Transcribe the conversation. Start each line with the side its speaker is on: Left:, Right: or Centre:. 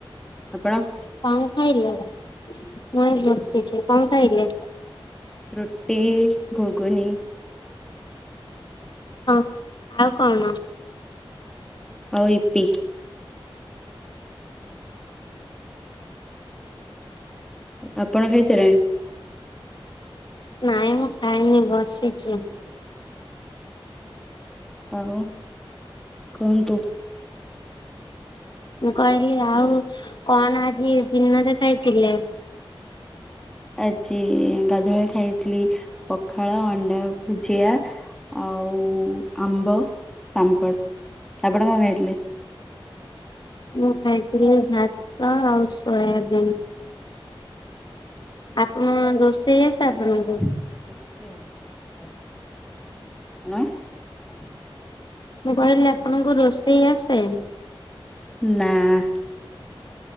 Centre: ଆପଣ।
Left: କଣ ଖାଇଲ ମୁ ଏଇ ବସିଛି କଣ ଖାଇଲେ?
Centre: ରୁଟି ଘୁଘୁନୀ।
Left: ହଁ ଆଉ କଣ?
Centre: ଆଉ ଇପି। ଆପଣ ଖାଇସାରିଲେଣି?
Left: ନାଇଁ ମୁଁ ଖାଇନି ବସିଛି।
Centre: ଆଉ କୁହନ୍ତୁ।
Left: ମୁଁ କହିଲି ଆଉ କଣ ଆଜି ଦିନରେ ଖାଇଥିଲେ।
Centre: ଆଜି ଗାଧୁଆବେଳେ ଖାଇଥିଲି ପଖାଳ ଅଣ୍ଡା ଭୁଜିଆ
Left: <inaudible>
Centre: ଆଉ ଆମ୍ବ ପାମ୍ପଡ଼। ଆପଣ କଣ ଖାଇଥିଲେ?
Left: ମୁଁ ଖାଇଥିଲି ଭାତ ଆଉ ସୋୟାବିନ୍। ଆପଣ ରୋଷେଇ ଆସେ ଆପଣଙ୍କୁ?
Centre: ଆଁ
Left: ମୁଁ କହିଲି ଆପଣଙ୍କୁ ରୋଷେଇ ଆସେ?
Centre: ନାଁ।